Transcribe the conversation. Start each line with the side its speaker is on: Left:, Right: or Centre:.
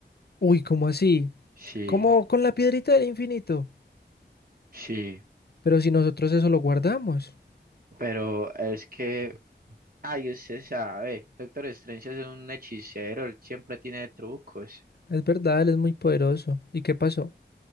Left: Uy, ¿cómo así?
Right: Sí.
Left: Como con la piedrita del infinito.
Right: Sí,
Left: Pero si nosotros eso lo guardamos.
Right: pero es que, ay, usted sabe, Doctor Strange es un hechicero, él siempre tiene trucos.
Left: Es verdad, él es muy poderoso. ¿Y qué pasó?